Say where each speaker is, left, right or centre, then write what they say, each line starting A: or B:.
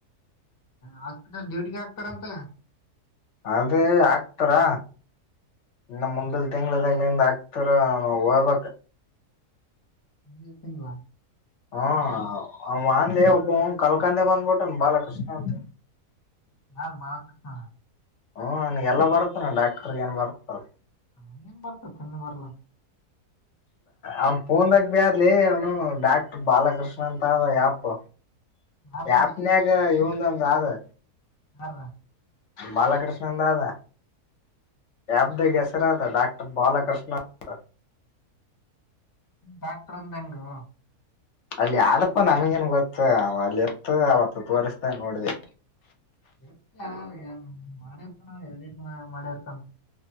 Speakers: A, on the left (about 20°); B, on the left (about 60°).
A: ಹಾಸ್ಪಿಟಲ್ ಡ್ಯೂಟಿಗೆ ಆಗ್ತರಂತಲ್ಲ
B: ಅದೇ ಆಕ್ತಾರಾ ಇನ್ನು ಮುಂದಲ್ ತಿಂಗಳದಾಗ್ಲಿಂದ ಆಾಕ್ತಾರ ನ ಹೋಗ್ಬ
A: ಮುಂದಿನ ತಿಂಗಳ
B: ಹ್ಮ ಆವ ಆದ್ಲೆ ಒಬ್ಬ ಕಲ್ಕಂದೆ ಬಂದ್ಬಿಟ್ಟನ್ ಬಾಲಕೃಷ್ಣ ಅಂತ
A: ಯಾರು ಬಾಲಕೃಷ್ಣ
B: ಹ್ಮ ಅವನಿಗೆ ಎಲ್ಲಾ ಬರ್ತಾನ ಡಾಕ್ಟರ್ಗ ಏನ್ ಬರುತ್ತೆ ಅದು
A: <unintelligible> ಬರಲ್ಲ
B: ಅವ್ನ್ ಪೋನ್ದಾಗ ಬಾಡ್ಲೆ ಅವ್ನು ಡಾಕ್ಟರ್ ಬಾಲಕೃಷ್ಣ ಅಂತ ಆಪ್
A: ಯಾಪ
B: ಆಪ್ನಾಗ ಇವಂದೊಂದು ಅದೇ
A: ಯಾರ್ದ
B: ಬಾಲಕೃಷ್ಣನಿಂದು ಅದ ಆಪ್ದಾಗ ಹೆಸರು <unintelligible> ಡಾಕ್ಟರ್ ಬಾಲಕೃಷ್ಣ ಅಂತ
A: ಡಾಕ್ಟರ್ ಅಂದೆಂಗೋ
B: ಅಲ್ಲಿ ಯಾದಪ್ಪ ನಮಗೇನ್ ಗೊತ್ತ ಅಲ್ಲಿ ಇತ್ತು ಅವತ್ತು ತೋಸ್ತಾ ನೋಡಿದೆ
A: <unintelligible> ಮಾಡಿರ್ತಾನ ಅವನು ಎಡಿಟ್ ಮಾಡಿರ್ತಾನ